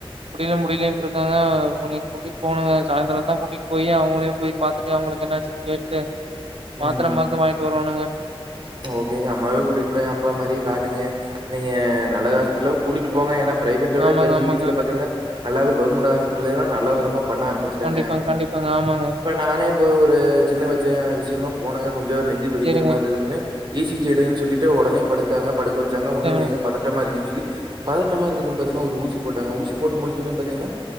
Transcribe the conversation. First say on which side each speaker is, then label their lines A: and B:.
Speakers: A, on the right; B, on the right.
A: முடியில முடியலன்ட்டு இருக்காங்க அ கொஞ்ச கூட்டிட்டு போனுங்க சாய்ந்திரோ தா கூட்டிகிட்டு போய் அவங்களே போய் பார்த்துட்டு அவங்களுக்கு என்னாச்சுன் கேட்டு மாத்ர
B: ம்
A: மருந்து வாங்யிட்டு வருவோனுங்க
B: ஓகேங்க அம்மாவு கூட்டிட்டு போய் அப்பா மாரியே காட்டுங்க நீங்க நல்ல ஹாஸ்பிடல கூட்டிட்டு போங்க ஏன்னா பிரைவேட்டோட
A: ஆமாங்க
B: இப்ப ஜி
A: ஆமாங்க
B: அச் ல பாத்தீங்கன்னா நல்லாவ கவர்மெண்ட் ஹாஸ்பிடலயே தா நல்ல விதமா பண்ண ஆரம்பிச்சட்டாங்க
A: கண்டிப்பாங்க கண்டிப்பாங்க ஆமாங்க
B: இப்போ நானே போய் ஒரு சின்ன வச்ச விஷயமா போனங்க கொஞ்சோ நெஞ்சு வெளிக்கிற
A: சரிங்க
B: மாரி இருக்குதுன்னு இ சி ஜி எடுன்னு சொல்லிட்டு உடனே படுத்தாங்க படுக்க வச் சாங்க ஒன்னு
A: சரிங்க
B: இலைங்க பதட்டமா இருக்கீங் சொல்லி பதட்டமா இருக்கு பாத்தீங்களா ஊசி போட்டாங்க ஊசி போட்ட முடிச்சோன்னே பாத்திங்கன்னா